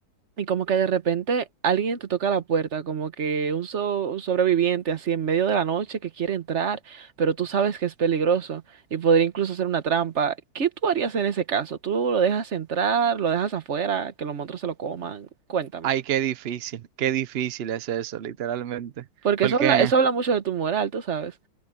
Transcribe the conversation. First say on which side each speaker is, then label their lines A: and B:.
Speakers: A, on the right; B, on the right.
A: Y como que de repente alguien te toca la puerta, como que un, so- un sobreviviente así en medio de la noche que quiere entrar, pero tú sabes que es peligroso y podría incluso hacer una trampa. ¿Qué tú harías en ese caso? ¿Tú lo dejas entrar, lo dejas afuera, que los monstruos se lo coman? Cuéntame.
B: Ay, qué difícil, qué difícil es eso, literalmente.
A: Porque
B: Porque
A: eso habla, eso habla mucho de tu moral, tú sabes.